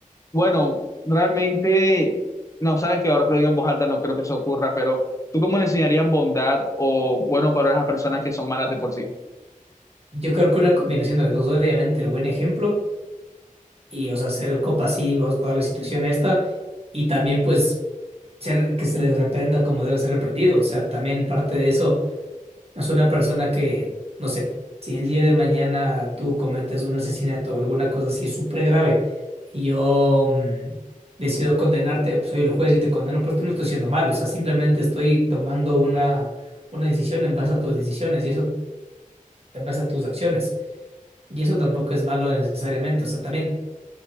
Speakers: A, on the left (about 25°); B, on the right (about 45°).
A: bueno, realmente, no sabes que ahora que lo digo en voz alta no creo que eso ocurra, pero ¿tú cómo le enseñarías bondad o buenos valores a personas que son malas de por sí?
B: Yo creo que una combinación de los dos, obviamente, el buen ejemplo y, o sea, ser compasivos, toda la situación esta, y también, pues, ser, que se les reprenda como debe ser reprendido. O sea, también parte de eso Es una persona que, no sé, si el día de mañana tú cometes un asesinato o alguna cosa así súper grave y yo mm, decido condenarte, pues, soy el juez y te condeno, pero esto no estoy siendo malo, o sea, simplemente estoy tomando una, una decisión en base a tus decisiones y eso en base a tus acciones. Y eso tampoco es malo necesariamente, o sea, también